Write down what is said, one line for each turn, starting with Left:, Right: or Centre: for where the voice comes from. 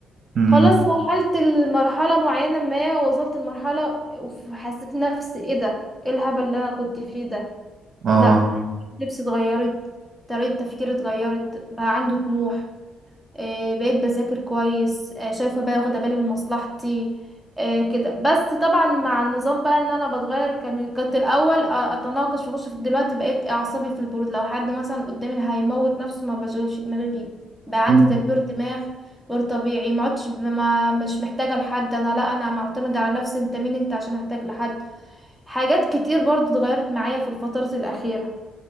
Right: امم
Centre: خلاص مرحلة المرحلة معينة ما وصلت لمرحلة وحسيت نفسي ايه ده ايه الهبل اللي انا كنت فيه ده
Right: اه
Centre: لا لبسي اتغيرت طريقة تفكيري اتغيرت بقى عنده طموح آه، بقيت بذاكر كويس آه، شايفه بقى واخده بالي من مصلحتي آه، كده بس طبعا مع النظام بقى ان انا بتغير كميول كنت الاول آه، اتناقش واخش في دلوقتي بقيت اعصابي في البرود لو حد مثلا قدامي هيموت نفسه ما بشغلش دماغي بيه بقى
Right: مم.
Centre: عندي تكبير دماغ غير طبيعي ما عدتش ب- ما مش محتاجه لحد انا لا انا معتمده على نفسي انت مين انت عشان احتاج لحد حاجات كتير برضو اتغيرت معايا في الفترة الأخيرة